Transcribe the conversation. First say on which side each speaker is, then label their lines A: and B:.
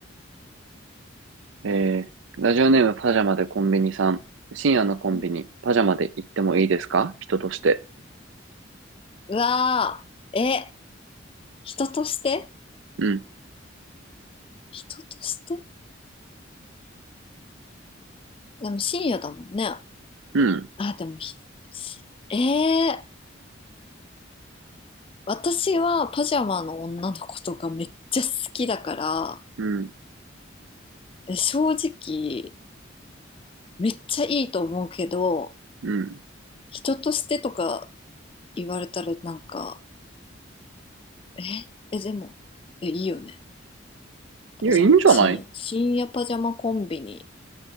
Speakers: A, on the right; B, on the left.
A: えーラジオネームパジャマでコンビニさん。深夜のコンビニ、
B: うん
A: パジャマで行ってもいいですか人として。
B: うわー、え、人として
A: うん、
B: 人としてでも深夜だもんね。
A: うん、
B: あ、でもひ、えー、私はパジャマの女の子とかめっちゃ好きだから、
A: うん、
B: え正直、めっちゃいいと思うけど、
A: うん。
B: 人としてとか言われたらなんか、え、え、でも、え、いいよね。パジャマ、
A: いや、いいんじゃない
B: 深夜、深夜パジャマコンビニ、